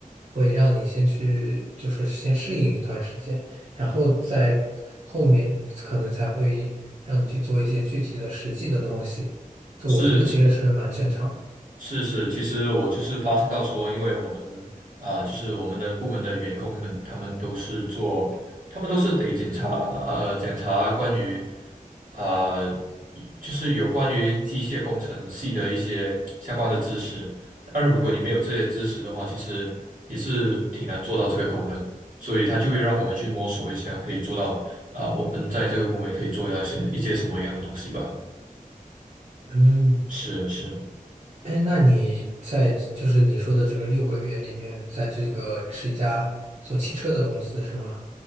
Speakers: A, on the right; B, on the right.
A: 会让你先去就是先适应一段时间，然后在后面可能才会让你去做一些具体的实际的东西，这我觉得其实是蛮正常的。
B: 是是，是是，其实我就是发现到说，因为我们啊、就是我们的部门的员工们，他们都是做，他们都是得检查呃检查关于啊、就是有关于机械工程系的一些相关的知识。但如果你没有这些知识的话，其实也是挺难做到这个功的。所以他就会让我们去摸索一下，可以做到啊、我们在这个部门可以做到一些一些什么样的东西吧。
A: 嗯。
B: 是是，
A: 哎，那你在就是你说的这个六个月里面，在这个是一家做汽车的公司是吗？